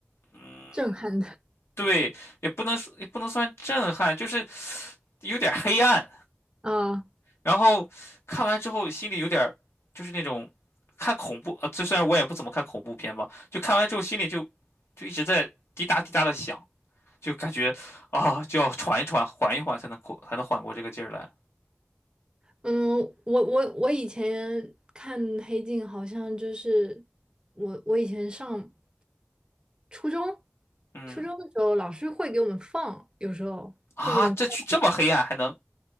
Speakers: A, on the left; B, on the right.
A: 嗯，
B: 震撼的
A: 对，也不能说也不能算震撼，就是有点儿黑暗。
B: 啊，
A: 然后看完之后心里有点儿就是那种看恐怖，啊，这虽然我也不怎么看恐怖片吧，就看完之后心里就就一直在滴答滴答的响，就感觉啊，就要喘一喘，缓一缓才能过才能缓过这个劲儿来。
B: 嗯，我我我以前看《黑镜》，好像就是我我以前上。初中，
A: 嗯。
B: 初中的时候老师会给我们放，有时候会给我们放
A: 啊，这去这么黑暗还能